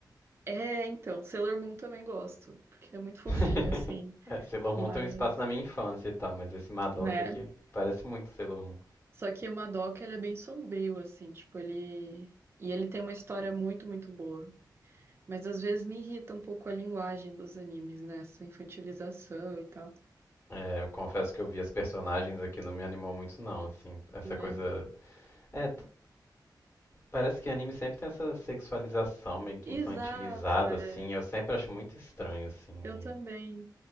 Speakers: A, on the right; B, on the left.
A: É, então, Sailor Moon também gosto, porque é muito fofinho,
B: <laughs>
A: assim.
B: É, Sailor
A: Mas,
B: Moon tem um espaço na minha infância e tal, mas esse Madoka
A: né?
B: aqui parece muito Sailor Moon.
A: Só que o Madoka, ele é bem sombrio, assim, tipo, ele. E ele tem uma história muito, muito boa. Mas às vezes me irrita um pouco a linguagem dos animes, né? Essa infantilização e tal.
B: É, eu confesso que eu vi as personagens aqui, não me animou muito não, assim, essa
A: É.
B: coisa... É, d- Parece que anime sempre tem essa sexualização meio que
A: Exato,
B: infantilizada,
A: é.
B: assim. Eu sempre acho muito estranho, assim. e-
A: Eu também